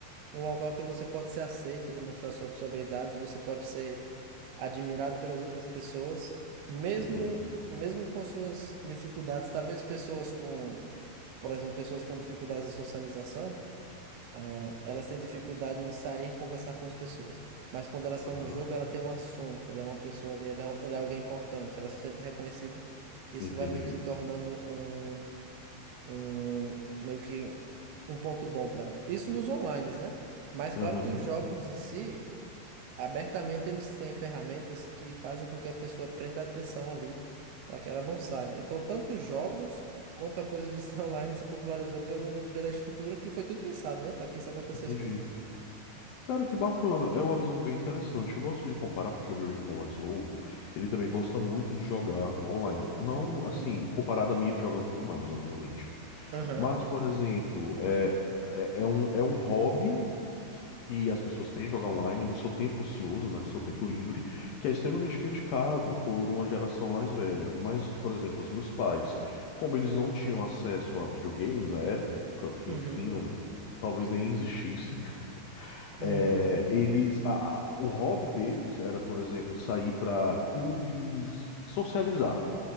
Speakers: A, on the right; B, on the left.
A: um local que você pode ser aceito, demonstrar sua- suas habilidades, você pode ser admirado pelas outras pessoas, mesmo,
B: entendi.
A: mesmo com suas dificuldades. Talvez pessoas com, por exemplo, pessoas com dificuldades de socialização. Ah, elas têm dificuldade em sair e conversar com as pessoas. Mas quando elas estão
B: Aham,
A: no jogo, ela tem um assunto, ela é uma pessoa ali, ela é, um, ela é alguém importante, ela se sente reconhecida. Isso
B: entendi.
A: vai meio que se tornando um, um meio que um ponto bom para ela. Isso nos online, né? Mas
B: Aham,
A: claro que os jogos em si, abertamente, eles têm ferramentas que fazem com que a pessoa prenda a atenção ali, para que ela não saia. Então, tanto os jogos quanto a coisa de ser <laughs> online se popularizou pelo, pela estrutura que foi tudo pensado, né? Para que isso acontecesse
B: entendi.
A: mesmo.
B: Cara, que bacana. É uma visão bem interessante. Eu gosto de comparar porque o meu irmão mais novo, ele também gosta muito de jogar online. Não, assim,
A: Uhum.
B: comparado a mim, ele joga muito mais, obviamente.
A: Aham.
B: Mas, por exemplo, é, é, é um, é um hobby que as pessoas têm jogar online no seu tempo ocioso, né, no seu tempo livre, que é extremamente criticado por uma geração mais velha. Mas, por exemplo, os meus pais, como eles não tinham acesso a videogames à época, que
A: Uhum.
B: enfim, não- talvez nem existisse,
A: Uhum.
B: é, eles, a- a- o hobby deles era, por exemplo, sair para clubes, socializar.